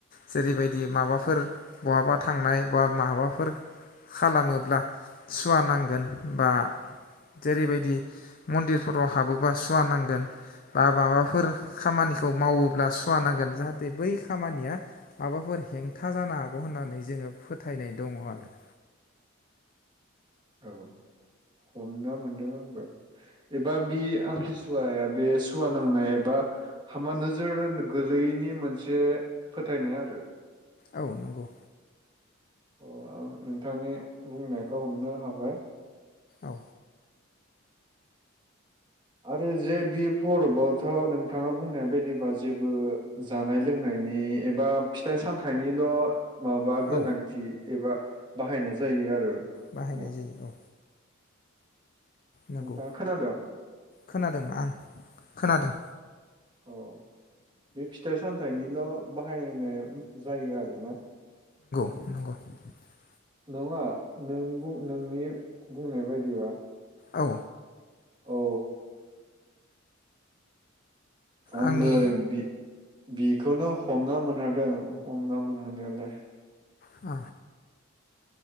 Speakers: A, on the left (about 45°); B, on the right (about 25°).
A: जेरैबायदि माबाफोर बहाबा थांनाय बा माबाफोर खालामोब्ला सुवा नांगोन बा जेरैबायदि मन्दिरफोराव हाबोबा सुवा नांगोन बा माबाफोर खामानिखौ मावोब्ला सुवा नांगोन जाहाथे बै खामानिया माबाफोर हेंथा जानो हागौ होननानै जोङो फोथायनाय दङ आरो।
B: औ हमना मोनदों आंबो। एबा बि आमखिस सुवाया बे सुवा नांनाय एबा हामा नोजोर गोलैयैनि मोनसे फोथायनाय आरो।
A: औ नंगौ।
B: अ आं नोंथांनि बुंनायखौ हमनो हाबाय।
A: औ
B: आरो जे बि फरबोआवथ नोंथाङा बुंनाय बायदिबा जेबो जानाय लोंनायनि एबा फिथाइ सामथाइनिल माबा गोनांथि
A: औ
B: एबा बाहायनाय जायो आरो न
A: बाहायनाय जायो औ नंगौ
B: नोंथाङा खोनादों?
A: खोनादों आं खोनादों।
B: औ बे फिथाइ सामथाइनिल बाहायनाय जायो आरो न?
A: नंग'
B: नङा नों बुं नोंनि बुंनाय बायदिबा
A: औ
B: औ आंबो
A: आंनि
B: बि बिखौनो हमना मोनहादों हमना मोनहानायालाय।
A: आ